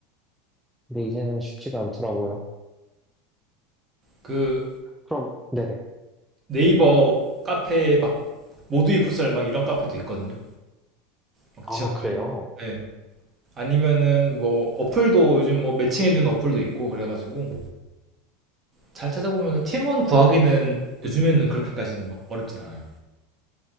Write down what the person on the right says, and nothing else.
그
네이버 카페에 막 모두이 풋살 막 이런 카페도 있거든요. 막
지역별로.
네. 아니면은 뭐 어플도 요즘 뭐 매칭해주는 어플도 있고 그래가지고 잘 찾아보면은 팀원 구하기는 요즘에는 그렇게까지는 막 어렵진 않아요.